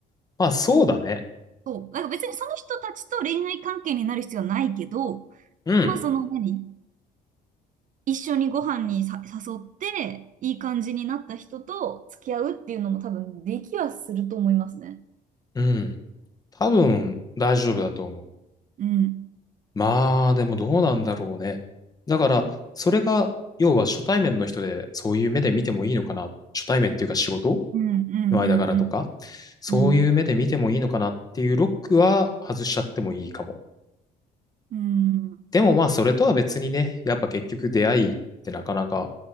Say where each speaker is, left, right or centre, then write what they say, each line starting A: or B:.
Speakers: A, on the left; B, on the right.
A: まあ、そうだね。
B: そう。なんか別にその人たちと恋愛関係になる必要はないけど、
A: うん。
B: まあその何一緒にご飯にさ誘って、いい感じになった人と付き合うっていうのも多分できはすると思いますね。
A: うん。多分、大丈夫だと思う。
B: うん。
A: まあ、でもどうなんだろうね。だから、それが、要は初対面の人で、そういう目で見てもいいのかな。初対面っていうか仕事
B: うんうん
A: の間柄とか、そういう目で見てもいいのかなっていうロックは外しちゃってもいいかも。
B: うんうん。うん。うん。
A: でもまあ、それとは別にね、やっぱ結局出会いってなかなか、